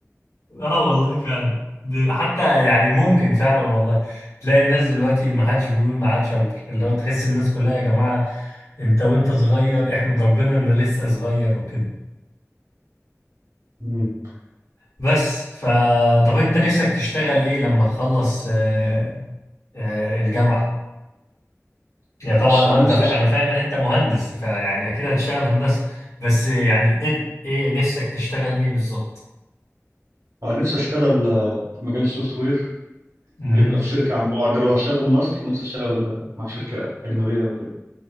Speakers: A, on the left; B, on the right.
A: اه والله فعلا د- حتى يعني ممكن فعلا والله تلاقي الناس دلوقتي ما حدش بيقول ما عادش اكبر اللي هو تحس الناس كلها يا جماعة انت وانت صغير احمد ربنا ان لسه صغير وكده
B: أكبر
A: بس ف طب انت نفسك تشتغل ايه لما تخلص آه، آه، الجامعة يعني طبعا
B: بص هو
A: آه، انت
B: أنا نفسي
A: فا...
B: أش...
A: انا فاهم ان انت مهندس فيعني اكيد هتشتغل هندسة بس يعني ايه, إيه نفسك تشتغل ايه بالظبط
B: هو أنا نفسي أشتغل آه، في مجال السوفت وير
A: امم
B: يبقى في شركة عن بعد لو هشتغل في مصر نفسي أشتغل آه، مع شركة أجنبية أو كده